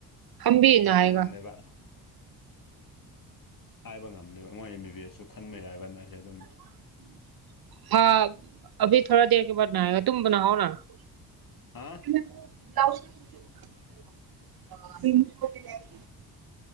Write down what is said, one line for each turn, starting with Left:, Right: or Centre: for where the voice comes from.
Right: ꯍꯝ ꯕꯤ
Left: ꯍꯥꯏꯕ
Right: ꯅꯍꯥꯏꯒ
Left: ꯉꯝꯗꯦ ꯕ ꯍꯥꯏꯕ ꯉꯝꯗꯦꯕ ꯃꯣꯏ ꯑꯦꯝ ꯕꯤ ꯕꯤ ꯑꯦꯁꯁꯨ ꯈꯟꯕ ꯌꯥꯏꯕ ꯅ ꯑꯩꯁꯦ ꯑꯗꯨꯝ
Right: <inaudible> <unintelligible>
Left: ꯑꯥ
Right: <unintelligible>